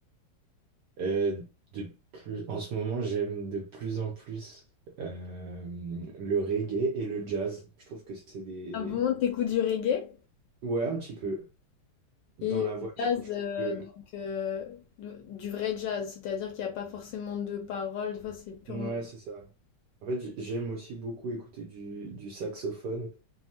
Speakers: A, on the right (about 75°); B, on the left (about 70°).
A: Euh, de plus, en ce moment, j'aime de plus en plus euh, le reggae et le jazz. Je trouve que c'est des...
B: Ah bon, t'écoutes du reggae?
A: Ouais, un petit peu. Dans
B: Et
A: la voiture,
B: le jazz,
A: je trouve
B: euh,
A: que...
B: donc, euh, de- du vrai jazz, c'est-à-dire qu'il n'y a pas forcément de paroles, des fois c'est purement...
A: Ouais, c'est ça. En fait, j'ai- j'aime aussi beaucoup écouter du, du saxophone.